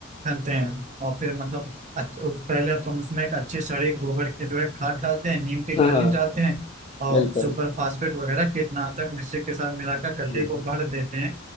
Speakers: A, on the right (about 35°); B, on the left (about 25°).
A: खनते हैं और फिर मतलब अच्छ- उस- पहले तो हम उसमें एक अच्छी सड़ी गोबर की जो है खाद डालते हैं नीम की
B: हाँ
A: खली
B: हाँ
A: डालते हैं और
B: बिल्कुल
A: सुपर फास्फेट वगैरह कीटनाशक मिश्री के साथ मिलाकर
B: हम्म,
A: गड्ढे को भर देते हैं